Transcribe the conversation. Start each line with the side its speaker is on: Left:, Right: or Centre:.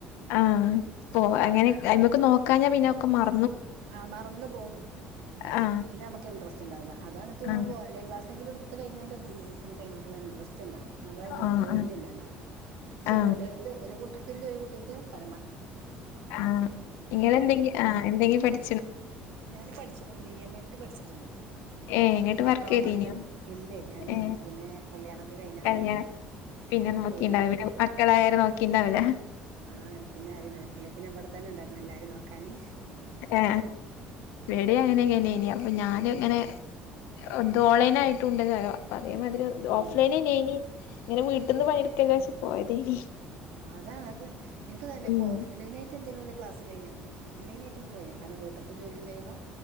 Left: ആ പോവാ അങ്ങനെ അയ്മ്മക്ക് നോക്കാഞ്ഞാ പിന്നൊക്കെ മറ
Right: ആ മറന്നു പോവും
Left: ആ
Right: പിന്നെ നമുക്ക് ഇൻട്രസ്റ്റ് ഇണ്ടാവില്ല അതാണ് ഇപ്പം
Left: ആ
Right: ഓൺലൈൻ ക്ലാസ്സെങ്കിലും ഇട് ത്തു കഴിഞ്ഞാൽ എന്തയ്യും നമുക്ക് അയിനോടുള്ള ഇൻട്രസ്റ്റ് ണ്ടാവും നമ്മള് അയിമന്ന്
Left: ആ
Right: പോരുന്നില്ലല്ലോ
Left: ആ
Right: പക്ഷെ
Left: ആ
Right: വിടരുത് ഒരു കുട്ടി <unintelligible> ങ്കി ഒരു കുട്ടിക്ക് പ
Left: ആ നിങ്ങൾ എന്തെങ്കി ആ എന്തെങ്കിലും പഠി
Right: ഞാന് പഠിച്ചുകൊണ്ടേ എം എൽ റ്റി പഠിച്ചിട്ടുണ്ട്
Left: ഏ ഇങ്ങട്ട്
Right: ഡിപ്ലോമ
Left: വർക്ക് ചെയ്തീന്യോ?
Right: മെഡിക് ഇല്ലേ ഞാന്
Left: ഏ
Right: പിന്നെ കല്യാണൊക്കെ കഴിഞ്ഞ് അങ്ങനെ
Left: കല്യാണം പിന്നെ നോക്കിണ്ടാവൂല
Right: പോയില
Left: മക്കളായാരെ നോക്കിണ്ടാവൂല.
Right: ആ പിന്നെ ആരും നോക്കില്ല പിന്നെ ഇവിടെ തന്നെ ഇണ്ടാര്ന്നെല്ലാരിം നോക്കാന്
Left: ആ വടിം അങ്ങനെക്കന്നേനി അപ്പം ഞാന് ഇങ്ങനെ ഇതോൺലൈൻ ആയിട്ടും ഉണ്ടല്ലോ അതേ മാതിരി ഓഫ്
Right: ഉം
Left: ലൈന്നേനി ഇങ്ങനെ വീട്ടീന്ന് പണിയെടുക്കജാര്ച്ച് പോയതേനി
Right: ആ അതാ അത് ഇൻക്കും തന്നെ ഇപ്പോ
Left: ഉം
Right: ഓഫ് ലൈൻ ആയിട്ട് എന്തെങ്കിലും വല്ല ക്ലാസ്സുണ്ടേൽ ഞാൻ പോവും ഓൺ ലൈൻ ആയിട്ട് തിൻക്ക് വയ്യ കാരണം വീട്ട്ത്തെ ജോലിം ചെയ്യണം